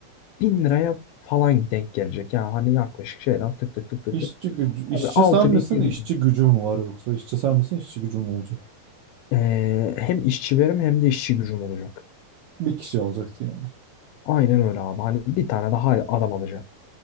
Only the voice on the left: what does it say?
1000 liraya falan denk gelecek. Yani hani yaklaşık şeyden tık tık tık tık
tık.
Abi 6000
bin
Ee, hem işçi verim hem de işçi gücüm olacak.
Aynen öyle abi. Hani bir tane daha adam alacağım.